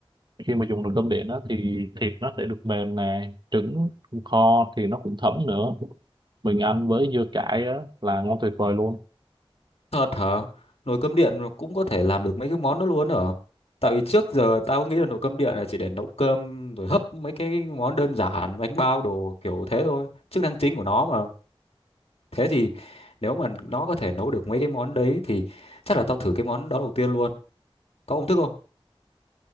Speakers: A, on the right; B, on the left.
A: khi mà dùng nồi cơm điện đó thì thịt nó sẽ được mềm nè trứng kho thì nó cũng thấm nữa mình ăn với dưa cải á, là ngon tuyệt vời luôn
B: thật hả nồi cơm điện mà cũng có thể làm được mấy cái món đó luôn hả tại vì trước giờ tao nghĩ là nồi cơm điện là chỉ để nấu cơm rồi hấp mấy cái món đơn giản bánh bao đồ kiểu thế thôi chức năng chính của nó mà thế thì nếu mà nó có thể nấu được mấy cái món đấy thì chắc là tao thử cái món đó đầu tiên luôn có công thức không